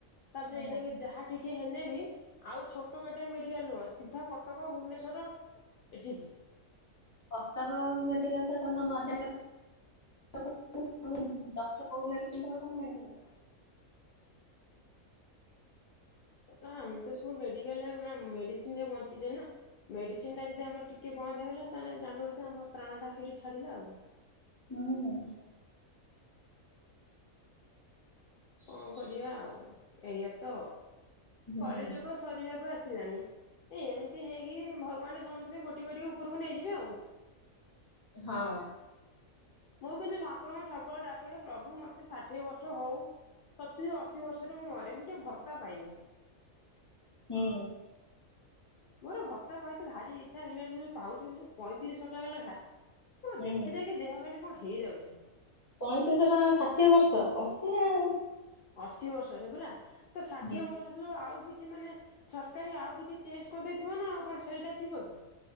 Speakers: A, on the left; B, on the left.
A: ତାପରେ
B: ମୁଁ
A: ଏଇନିକେ ଯାହା ଟିକେ ହେନେବି ଆଉ ଛୋଟ କାଟିଆ ମେଡିକାଲ ନୁହଁ ସିଧା କ କଟକ, ଭୁବନେଶ୍ୱର ଏଠିକି
B: କଟକ ମେଡିକାଲ ତ ତମ ନଜାଙ୍କ <inaudible> ଡକ୍ଟର କୋଉ ମେଡିସିନ୍ ଦେବାକୁ ମନା କଲେ?
A: ଆମେ ତ ସବୁ ମେଡିକାଲ ମେଡିସିନ ରେ ବଞ୍ଚିଛେ ନା? ମେଡ଼ିସିନଟା ଯଦି ଆମର ଟିକିଏ ବନ୍ଦ ହେଇଗଲା ତାହେଲେ ଜାଣିବ ଯେ ଆମ ପ୍ରାଣଟା ସେଇଠି ଛାଡ଼ିଲା ଆଉ।
B: ହୁଁ ହୁଁ।
A: କଣ କରିବା ଆଉ, ଏଇଆ ତ
B: ହୁଁ
A: କଳିଯୁଗ ସରିବାକୁ ଆସିଲାଣି ଏ ଏମିତି ହେଇକି ଭଗବାନ ସମସ୍ତେ ଗୋଟି ଗୋଟି ଉପରକୁ ନେଇଯିବେ ଆଉ।
B: ହଁ।
A: ମୁଁ କିନ୍ତୁ ଠାକୁରଙ୍କୁ ସବୁବେଳେ ଡାକେ ହେଁ ପ୍ରଭୁ ମତେ ଷାଠିଏ ବର୍ଷ ହଉ ସତୁରି ଅଶୀ ବର୍ଷରେ ମୁଁ ମରେ ମୁଁ ଟିକେ ଭର୍ତ୍ତା ପାଇମି।
B: ହୁଁ।
A: ମୋର ଭର୍ତ୍ତା ପାଇଁ ତେ ଭାରି ଇଚ୍ଛା ଏଇନା ଯଉ ପାଉଛନ୍ତି ଯୋଉ ପଇଁତିରିଶହ ଟଙ୍କା ଲେଖା ହଁ
B: ହୁଁ।
A: ଦେଖି ଦେଖି ଦେହ ଖାଲି କଣ ହେଇଯାଉଛି।
B: ପଇଁତିରିଶ ଟଙ୍କା ଷାଠିଏ ବର୍ଷ ଅଶି ନା ଆଉ।
A: ଅଶୀ ବର୍ଷରେ ପରା ତ ଷାଠିଏ
B: ହୁଁ।
A: ବର୍ଷ ଆଉ କିଛି ମାନେ ସରକାରୀ ଆଉ କିଛି ଚେଞ୍ଜ କରିଦେଇଥିବ ନା ଆଉ କଣ ସେଇଟା ଥିବ କି?